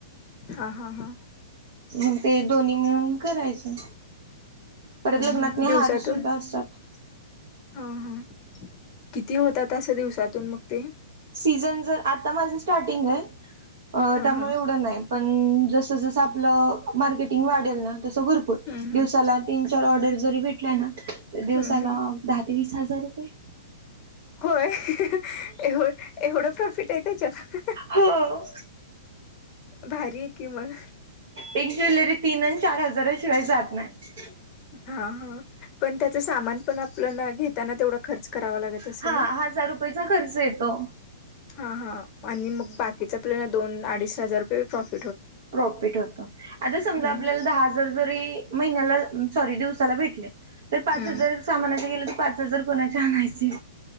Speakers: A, on the left; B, on the right.
A: हा हा हा
B: म ते दोन्ही मिळून करायचं परत
A: हम्म
B: लग्नातने
A: हम्म दिवसातून
B: हार सुद्धा असतात
A: हा हा किती होतात असे दिवसातून मग ते
B: सीझन जर आता माझं स्टार्टिंग आहे
A: हा
B: त्यामुळे
A: हा
B: एवढं नाही पण जस जस आपल मार्केटिंग वाढल ना तस भरपूर
A: हम्म हम्म
B: दिवसाला तीन चार ऑर्डर जरी भेटल्या ना तर दिवसाला
A: हम्म हम्म
B: दहा ते वीस हजार रुपये
A: होय एव एवढं प्रॉफिट आहे त्याच्यात
B: हो
A: भारी कि मग
B: एक ज्वेलरी तीन आणि चार हजाराशिवाय जात नाही
A: हा हा पण त्याच सामान पण आपल्या घेताना तेवढा खर्च करावा लागत असेल
B: हा
A: ना
B: हजार रुपययाचा खर्च येतो
A: हा हा आणि मग बाकीचा प्लन दोन अडीच हजार रुपये प्रॉफ
B: प्रॉफिट होत आता समजा
A: हम्म
B: आपल्याला दहा हजार जरी महिन्याला सॉरी दिव भेटले पाच
A: हम्म
B: हजार सामानाला गेले तर पाच हजार कोणा आणायचे